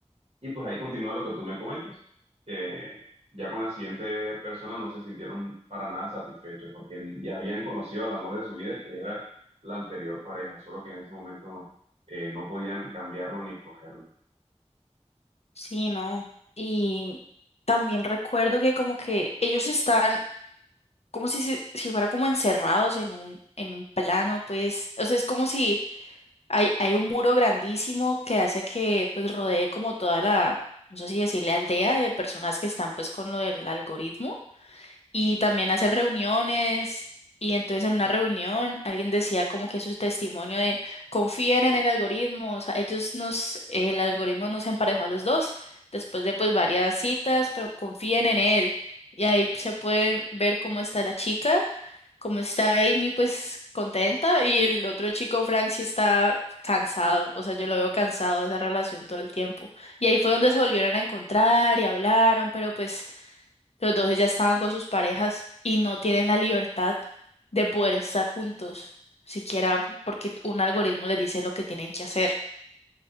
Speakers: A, on the right; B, on the left.
A: Y pues ahí continúa lo que tú me comentas, que ya con la siguiente persona no se sintieron para nada satisfechos porque ya habían conocido al amor de su vida, que era la anterior pareja, solo que en ese momento no eh, no podían cambiarlo ni escogerlo.
B: Sí, no. Y también recuerdo que como que ellos están como si, se- si fuera como encerrados en un, en un plano, pues, o sea, es como si hay, hay un muro grandísimo que hace que pues rodee como toda la, no sé si decirle aldea de personas que están pues con lo del algoritmo y también hacen reuniones y entonces en una reunión alguien decía como que su testimonio de confíen en el algoritmo, o sea, ellos nos, el algoritmo nos emparejó a los dos después de pues varias citas, pero confíen en él y ahí se puede ver cómo está la chica, cómo está Amy pues contenta y el otro chico Frank sí está cansado, o sea, yo lo veo cansado de esa relación todo el tiempo. Y ahí fue donde se volvieron a encontrar y hablaron, pero pues los dos ya estaban con sus parejas y no tienen la libertad de poder estar juntos, siquiera porque un algoritmo les dice lo que tienen que hacer.